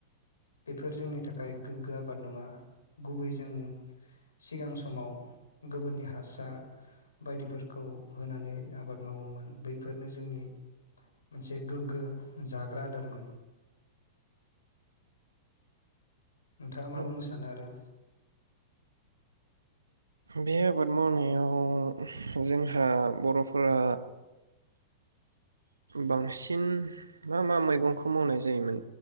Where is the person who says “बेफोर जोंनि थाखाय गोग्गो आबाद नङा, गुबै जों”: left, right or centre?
Left